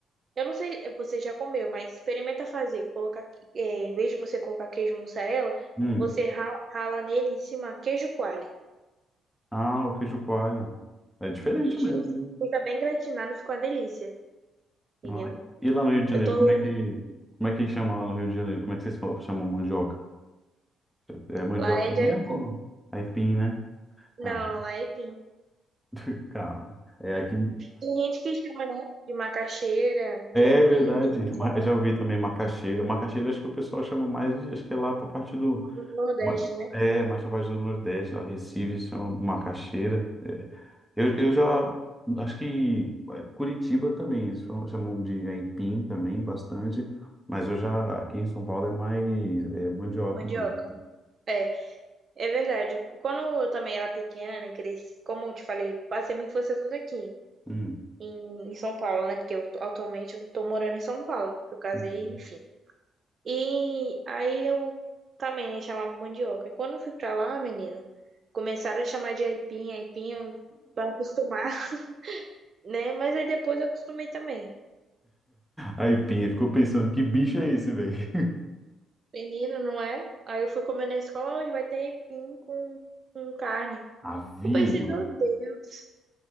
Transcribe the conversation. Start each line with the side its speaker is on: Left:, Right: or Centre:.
Right: Eu não sei, eh, você já comeu, mas experimenta fazer, colocar, que- eh, em vez de você colocar queijo mussarela,
Centre: Hum.
Right: você rala, rala nele em cima queijo coalho.
Centre: Ah, o queijo coalho. É diferente
Right: Gente,
Centre: mesmo.
Right: Fica bem gratinado, fica uma delícia, entendeu?
Centre: né? Ah, E lá no Rio de Janeiro,
Right: Eu tô,
Centre: como é que, como é que chama lá no Rio de Janeiro? Como é que vocês fa- chamam mandioca? É mandioca
Right: lá é de
Centre: mesmo?
Right: aipim.
Centre: ou Aipim, né?
Right: Não,
Centre: Calma.
Right: lá é aipim.
Centre: <laughs> Calma. É aqui,
Right: Tem gente que chama, né, de macaxeira,
Centre: É
Right: de aipim,
Centre: verdade.
Right: de mandioca,
Centre: Ma- Já ouvi também macaxeira. Macaxeira acho que o pessoal chama mais de, acho que é lá para parte do,
Right: no Nordeste,
Centre: ma-
Right: né?
Centre: é, mais para parte do Nordeste, lá Recife se chama macaxeira. É. Eu, eu já acho que eh, Curitiba também eles falam- chamam de aipim também bastante, mas eu já aqui em São Paulo é mais é, mandioca
Right: Mandioca.
Centre: mesmo.
Right: É. É verdade. Quando eu também era pequena, né, cresci, como eu te falei, passei minha infância toda aqui,
Centre: Hum.
Right: em, em São Paulo, né? Porque eu, atualmente eu tô morando em São Paulo, porque eu casei,
Centre: <laughs>
Right: enfim. E aí eu também, né, chamava mandioca. E Quando eu fui pra lá, menino, começaram a chamar de aipim, aipim, eu- pra acostumar, <laughs> né? Mas aí depois eu acostumei também.
Centre: Aipim, ficou pensando que bicho é esse, velho?
Right: Menino, não é? Aí eu fui comer na escola, onde vai ter aipim com, com carne.
Centre: <laughs> Avião.
Right: Eu pensei, meu Deus,